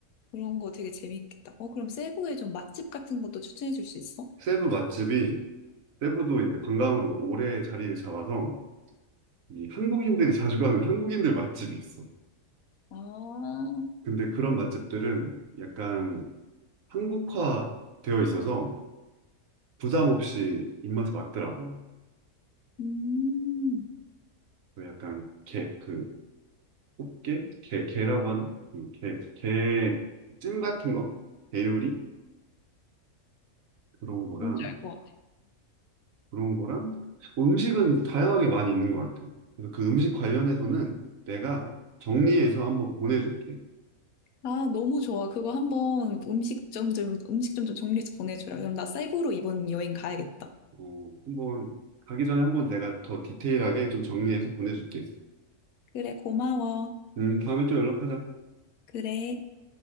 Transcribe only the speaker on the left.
그런 거 되게 재밌겠다. 어, 그럼 세부에 좀 맛집 같은 것도 추천해 줄 수 있어?
아,
음,
뭔지 알 것 같아.
아, 너무 좋아. 그거 한번 음식점 좀, 음식점 좀 정리해서 보내주라. 그럼 나 사이로 이번 여행 가야겠다.
그래, 고마워.
그래.